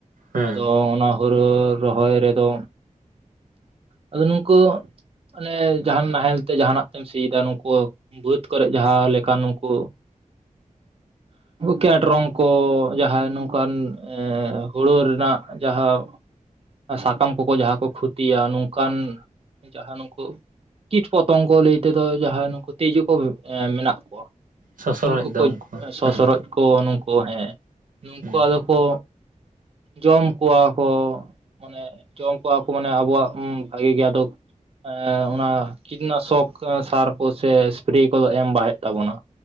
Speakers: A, on the right; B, on the right.
A: ᱦᱮᱸ
B: ᱟᱫᱚ ᱚᱱᱟ ᱦᱳᱲᱳ ᱨᱚᱦᱚᱭ ᱨᱮᱫᱚ ᱟᱫᱚ ᱱᱩᱝᱠᱩ ᱚᱱᱮ ᱡᱟᱦᱟᱱ ᱱᱟᱦᱮᱞ ᱛᱮ ᱡᱟᱦᱟᱸᱱᱟᱜ ᱛᱮᱢ ᱥᱤᱭᱮᱫᱟ ᱱᱩᱠᱩ ᱵᱟᱹᱫᱽ ᱠᱚᱨᱮ ᱡᱟᱦᱟᱸ ᱞᱮᱠᱟ ᱱᱩᱠᱩ ᱠᱮᱸᱰᱨᱚᱝ ᱠᱚ ᱡᱟᱦᱟᱸᱭ ᱱᱚᱝᱠᱟᱱ ᱮᱸ ᱦᱳᱲᱳ ᱨᱮᱱᱟᱜ ᱡᱟᱦᱟᱸ ᱥᱟᱠᱟᱢ ᱠᱚᱠᱚ ᱡᱟᱦᱟᱸ ᱠᱚ ᱠᱷᱚᱛᱤᱭᱟ ᱱᱚᱝᱠᱟᱱ ᱡᱟᱦᱟᱸ ᱱᱩᱠᱩ ᱠᱤᱴ ᱯᱚᱛᱚᱝᱜᱚ ᱠᱚ ᱞᱟᱹᱭ ᱛᱮᱫᱚ ᱡᱟᱦᱟᱸ ᱱᱩᱠᱩ ᱛᱤᱡᱩ ᱠᱚ ᱢᱮᱱᱟᱜ ᱠᱚᱣᱟ
A: ᱥᱚᱥᱨᱚᱡ
B: ᱱᱩᱝᱠᱩ
A: ᱫᱚ
B: ᱠᱚ
A: ᱩᱱᱠᱩ
B: ᱥᱚᱥᱚᱨᱚᱡ
A: ᱦᱮᱸ
B: ᱠᱚᱻ ᱱᱩᱠᱩ ᱦᱮᱸᱻ, ᱱᱩᱠᱩ
A: ᱦᱮᱸ
B: ᱟᱫᱚ ᱠᱚᱻ ᱡᱚᱢ ᱠᱚᱣᱟ ᱠᱚᱻ ᱢᱟᱱᱮᱻ ᱡᱚᱢ ᱠᱚᱣᱟ ᱠᱚ ᱢᱟᱱᱮ ᱟᱵᱚᱣᱟᱜ ᱩᱸ ᱵᱷᱟᱜᱤ ᱜᱮ ᱟᱫᱚ ᱮᱸᱟᱸᱻ ᱚᱱᱟᱻ ᱠᱤᱴᱱᱟᱥᱚᱠ ᱥᱟᱨ ᱠᱚ ᱥᱮ ᱥᱯᱨᱮ ᱠᱚᱫᱚ ᱮᱢ ᱵᱟᱝ ᱦᱩᱭᱩᱜ ᱛᱟᱵᱚᱱᱟ